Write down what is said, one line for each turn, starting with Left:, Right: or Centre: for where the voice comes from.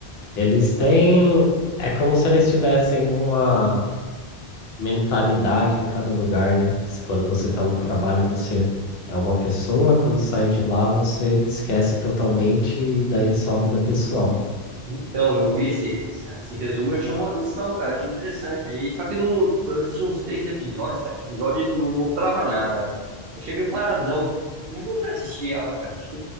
Left: eles têm. É como se eles tivessem uma mentalidade em cada lugar, né? Se Quando você tá num trabalho, você é uma pessoa, quando sai de lá, você esquece totalmente e daí é só vida pessoal.
Right: Então, eu vi esse, essa- esse resumo, eu chamou a atenção, cara. Achei interessante. Aí, só que não, eu assisti uns seis episódios, sete episódios, e não mostrava nada. Eu achei meio paradão. Eu vou voltar a assistir ela, cara. Acho que,